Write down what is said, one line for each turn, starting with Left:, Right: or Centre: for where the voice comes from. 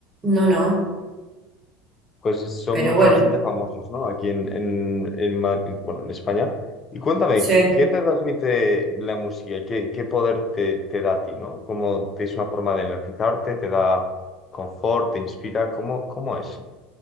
Right: No, no.
Left: Pues es- son
Right: Pero
Left: grupos
Right: bueno,
Left: bastante famosos, ¿no? Aquí en, en, en Ma- en- bueno, en España. Y cuéntame,
Right: sí.
Left: ¿qué qué te transmite la música? ¿Qué, qué poder te, te da a ti, ¿no? ¿Cómo te es una forma de energizarte? ¿Te da confort? ¿Te inspira? ¿Cómo, cómo es?